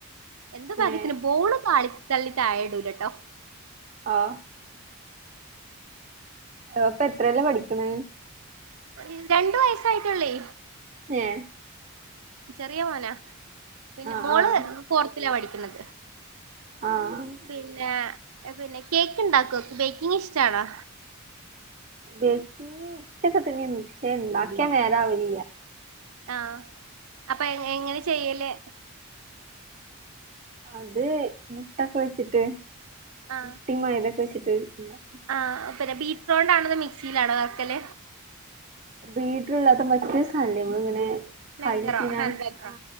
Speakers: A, on the right (about 75°); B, on the right (about 35°).
A: എന്ത് ഭാഗ്യത്തിനാ
B: ഏ
A: ബോള് തളി തള്ളി താഴെ ഇടൂലട്ടോ
B: ആഹ് അപ്പൊ എത്രേലാ പഠിക്ക്‌ണത്
A: ഏഹ് രണ്ടു വയസായിട്ടൊള്ളേ
B: ഏഹ്
A: ചെറിയ മോനാ പിന്നെ
B: ആഹ്
A: മോള്
B: ആഹ്
A: ഫോർത്തില പഠിക്കുന്നത്.
B: ആഹ് ആഹ്
A: പിന്നെ പിന്നെ കേക്ക് ഉണ്ടാക്കൊ ബേക്കിങ് ഇഷ്ട്ടാണോ?
B: ബേക്കിങ് ഇഷ്ട്ടൊക്കെ തന്നേർന്നു പക്ഷെ ഇണ്ടാക്കിയാൽ നേരാവലില്ല.
A: ആഹ് അപ്പൊ എങ്ങനെ ചെയ്യല്.
B: അത് മുട്ടൊക്കെ വെച്ചിട്ട്
A: ആഹ്
B: മുട്ടി മൈദ ഒക്കെ വെച്ചിട്ട് ഇണ്ടാക്കും
A: ആഹ് പിന്നെ ബീറ്റ്റോണ്ട് ആണോ മിക്സിയിലാണോ ആക്കല്.
B: ബീറ്റർ അല്ലാത്ത മറ്റേ സാദനം ല്ലേ നമ്മളിങ്ങനെ
A: ബ്ലെൻഡറോ
B: കയ്യിലിട്ടിങ്ങനെ
A: ഹാൻഡ് ബ്ലെൻഡറോ
B: ആ